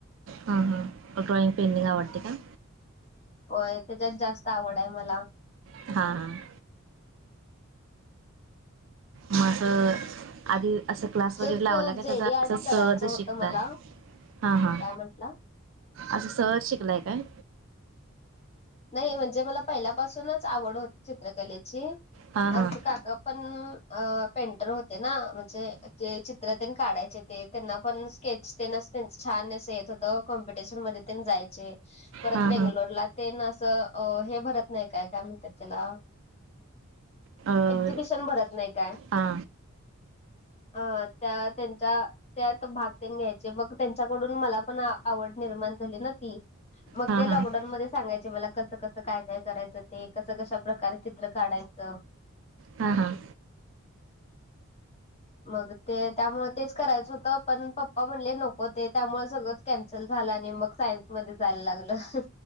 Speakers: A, on the right; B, on the left.
A: हा हां ड्रॉईंग पेंडीग आवडते का?
B: होय त्याच्यात जास्त आवड आहे मला.
A: हां- हां मगं आधी असं क्लास
B: तेच
A: वगैरे लावला का?
B: जेडी
A: त्याचा
B: आर्ट
A: अस
B: करायचं
A: सहज
B: होतं
A: शिकता?
B: मला
A: हा -हा
B: काय म्हंटला?
A: असं सहज शिकलाय काय?
B: नाही, म्हणजे मला पहिल्यापासूनच आवड होती चित्रकलेची.
A: हां हां
B: आमचं काका पण...... अ पेंटर होते ना म्हणजे चित्र काढायचे ते त्यांना, पण स्केच ते त्यांन च छान असं येत होतं कॉम्पिटिशन मध्ये जायचे..... परत
A: हां
B: बेंगलोर ला ते -नाशिक- अ हे भरत नाही काय... काय म्हणतात त्याला?
A: हां
B: एक्झिबिशन भरत नाही काय?
A: हां
B: अ.... त्या त्यांच्या त्यात भाग ते घ्यायचे, मग त्यांच्याकडून मला पण आवड निर्माण झाली ना ती मग
A: हां
B: ते
A: हां
B: लॉकडाऊन मध्ये सांगायचे मला कसं- कसं काय- काय करायचं ते कसं, कशा, प्रकारे चित्र काढायचं
A: हा, हां.
B: मग ते त्यामुळे, तेच करायचं होतं. पण पप्पा म्हणले नको, ते त्यामुळे सगळंच कॅन्सल झालं आणि मग सायन्स मध्ये जायला लागलं.